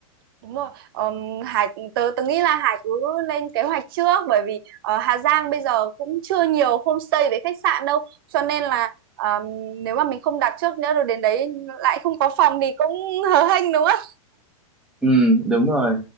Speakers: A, on the right (about 40°); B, in the centre.
A: đúng rồi Ờm, Hải tớ tớ nghĩ là Hải cứ lên kế hoạch trước bởi vì ở Hà Giang bây giờ cũng chưa nhiều homestay với khách sạn đâu cho nên là ờm, nếu mà mình không đặt trước nữa rồi đến đấy lại không có phòng thì cũng hớ hênh đúng không?
B: ừ đúng rồi